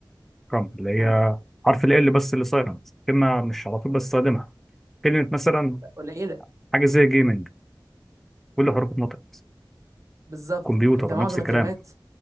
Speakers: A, in the centre; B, on the right.
A: كرامب اللي هي
B: ما أنا بق-
A: حرف ال L بس اللي سايلنت كلمة مش على طول بستخدمها كلمة مثلا
B: قليله
A: حاجة زي جيمنج كل حروف اتنطقت
B: بالظبط
A: كمبيوتر
B: يعني انت معظم
A: نفس الكلام
B: الكلمات